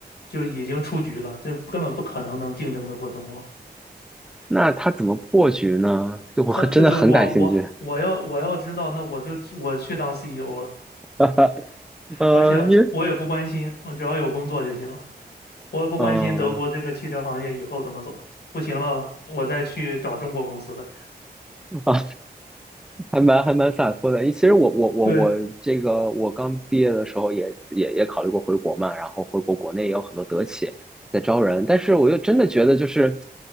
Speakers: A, on the left; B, in the centre.
A: 就已经出局了，这根本不可能能竞争得过中国。
B: 那他怎么破局呢？就我很真的很感兴趣。
A: 他这这我我我要我要知道，那我就去我去当 CEO 了。
B: <laughs> 呃，
A: 而且我也不关心，
B: 因为
A: 我只要有工作就行了。我也不关心德国这个汽车行业以后怎么走，
B: 嗯呃
A: 不行了，我再去找中国公司呗。
B: 啊，还蛮还蛮洒脱的。其实我我我我这个我刚毕业的时候也也也考虑过回国嘛，
A: 对
B: 然后回国国内也有很多德企在招人，但是我又真的觉得就是